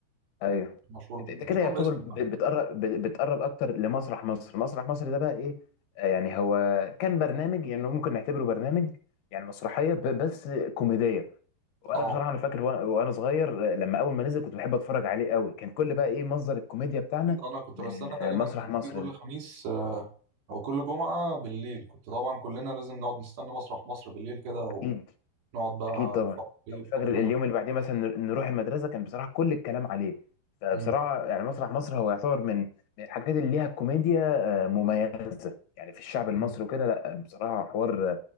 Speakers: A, on the left; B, on the right.
A: ايوه
B: مشهور ب...
A: انت انت كده
B: مشهور
A: يعتبر
B: باسمه
A: ب-
B: يعني
A: بتقرب ب- بتقرب اكتر لمسرح مصر مسرح مصر ده بقى ايه آه، يعني هو كان برنامج يعني ممكن نعتبره برنامج يعني مسرحيه ب- بس كوميديه وانا
B: اه
A: بصراحه انا فاكر وانا وأنا صغير آه، لما اول ما نزل كنت بحب اتفرج عليه قوي كان كل بقى ايه مصدر الكوميديا بتاعنا
B: اكيد انا كنت
A: من
B: بستنى تقريبا
A: آه، مسرح
B: كان
A: مصر
B: بيجي كل
A: ده
B: خميس آه او كل جمعه بالليل كنت طبعا كلنا لازم نقعد نستنى مسرح مصر بالليل كده
A: اكيد
B: نقعد بقى
A: اكيد طبعا
B: نتفرج عليه
A: أبقى
B: بكل
A: فاكر
B: متعة
A: اليوم اللي بعديه مثلا نر- نروح المدرسه كان بصراحه كل الكلام عليه فبصراحه
B: مم.
A: يعني مسرح مصر هو يعتبر من من الحاجات اللي ليها كوميديا آه، مميزه يعني في الشعب المصري
B: مم.
A: وكده لا بصراحه حوار